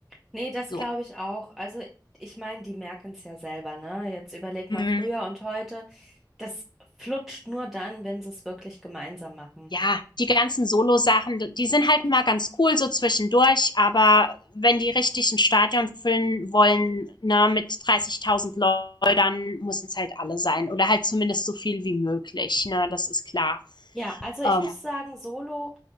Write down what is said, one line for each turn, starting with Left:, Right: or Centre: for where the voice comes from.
Centre: Nee, das
Left: So.
Centre: glaube ich auch. Also, ich meine, die merken es ja selber, ne? Jetzt überleg
Left: Mhm.
Centre: mal früher und heute. Das flutscht nur dann, wenn sie es wirklich gemeinsam machen.
Left: Ja, die ganzen Solo-Sachen, die sind halt mal ganz cool so zwischendurch, aber wenn die richtig ein Stadion füllen wollen, ne, mit 30.000 Leuten, dann müssen es halt alle sein oder halt zumindest so viel wie möglich, ne, das ist klar.
Centre: Ja, also ich
Left: Ähm,
Centre: muss sagen, Solo